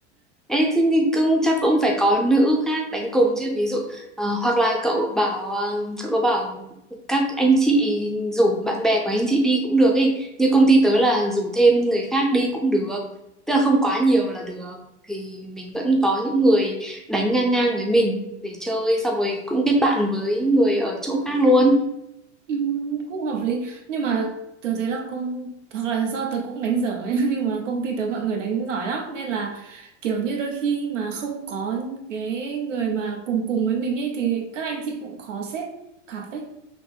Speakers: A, in the centre; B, on the right.
A: Ê, thế thì cũng chắc cũng phải có nữ khác đánh cùng chứ ví dụ ờ, hoặc là cậu bảo ờ, cậu có bảo các anh chị rủ bạn bè của anh chị đi cũng được ý như công ty tớ là rủ thêm người khác đi cũng được tức là không quá nhiều là được thì mình vẫn có những người đánh ngang ngang với mình để chơi xong rồi cũng kết bạn với người ở chỗ khác luôn
B: Ừ, cũng hợp lý nhưng mà tớ thấy là công hoặc là do tớ cũng đánh dở ấy. <laughs> nhưng mà công ty tớ mọi người đánh giỏi lắm nên là kiểu như đôi khi mà không có cái người mà cùng cùng với mình ấy thì các anh chị cũng khó xếp cặp ấy